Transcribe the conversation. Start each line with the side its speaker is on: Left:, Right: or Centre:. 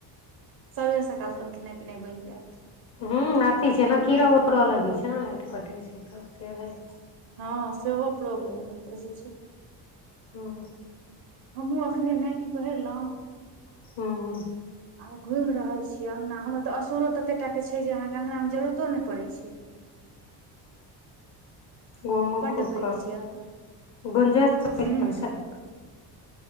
Right: सबेरे सकाल अपन खेनाइ पिनाइ बनि जायत
Left: हुं अथी छै ने कीड़ा उड़ा लगै छै ने लाइट कटे छै तऽ भए जा
Right: हँ सेहो प्रॉब्लम होइत रहै छै
Left: हँ
Right: हमहूँ एखने नाइटि पहिरलहुँ
Left: हँ
Right: आ घुमि रहल छियै अङ्गना हमर तऽ असुरो तऽतेक टाके छै जे अहाँके अङ्गनामे जरूरतो नहि पड़ै छै <unintelligible>
Left: घुमु
Right: बड्ड
Left: खूब
Right: पैघ
Left: कऽ
Right: छै असुर
Left: गुंजा <unintelligible>
Right: हूँ